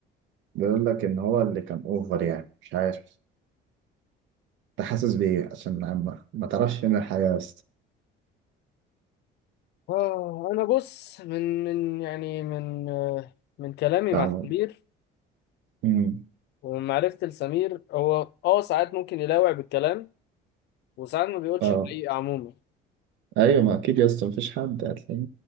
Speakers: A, on the right; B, on the left.
A: بيقول لك إن هو اللي كان أوفر يعني مش عارف أنت حاسس بإيه عشان ما, ما تعرفش فين الحياة يا اسطى
B: آه أنا بص من من يعني من آه، من كلامي
A: تعمل
B: مع سمير
A: أمم.
B: ومن معرفتي لسمير هو آه ساعات ممكن يلاوع بالكلام وساعات ما بيقولش
A: أه
B: الحقيقة عموما
A: أيوة ما أكيد يا اسطى مفيش حد هتلاقيه